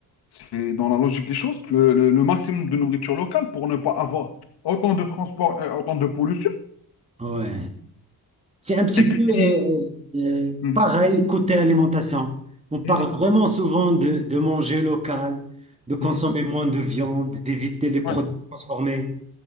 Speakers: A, on the left (about 80°); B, on the right (about 15°).
A: C'est dans la logique des choses, le, le- le maximum de nourriture locale pour ne pas avoir autant de transport, euh, autant de pollution.
B: ouais. C'est un petit
A: Et puis,
B: peu euh, euh, euh,
A: Mhm,
B: pareil côté alimentation. On parle
A: mhm,
B: vraiment souvent de, de manger local, de consommer
A: mhm.
B: moins de viande, d'éviter les produits
A: Ouais,
B: transformés.